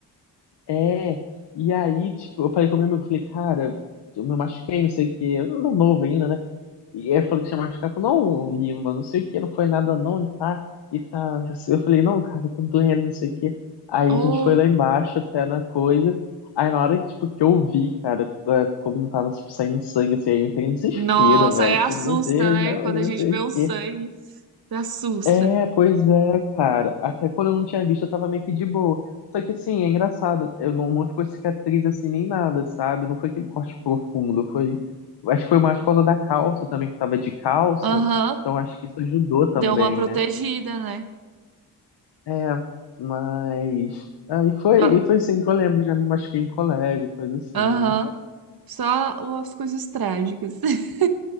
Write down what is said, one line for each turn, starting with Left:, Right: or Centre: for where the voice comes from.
Left: É, e aí, tipo, eu falei com meu amigo, falei, cara, eu me machuquei, não sei o quê, eu era novo ainda, né? E aí eu falei que tinha machucado. Falou, não, Lima, não sei o que, não foi nada não, e tá, e tá. Eu falei, não, cara, tá doendo, não sei o que. Aí
Right: Oh,
Left: a gente foi lá embaixo até na coisa. Aí na hora que, tipo, que eu vi, cara, é, como tava, tipo, saindo sangue, assim, aí eu entrei em desespero,
Right: nossa,
Left: velho.
Right: aí assusta,
Left: Falei, meu Deus,
Right: né?
Left: não,
Right: Quando
Left: eu
Right: a
Left: não
Right: gente
Left: sei
Right: vê
Left: o
Right: o sangue,
Left: que.
Right: assusta.
Left: É, pois é, cara. Até quando eu não tinha visto, eu tava meio que de boa. Só que assim, é engraçado. Eu não, não ficou cicatriz assim nem nada, sabe? Não foi aquele corte profundo. Foi. Acho que foi mais por causa da calça também, que eu tava de calça.
Right: Aham,
Left: Então acho que isso ajudou
Right: deu
Left: também,
Right: uma protegida,
Left: né?
Right: né?
Left: É, mas. Aí foi,
Right: No-
Left: e foi assim que eu lembro, já me machuquei em colégio, coisa assim.
Right: Aham.
Left: né?
Right: Só as coisas trágicas. <laughs>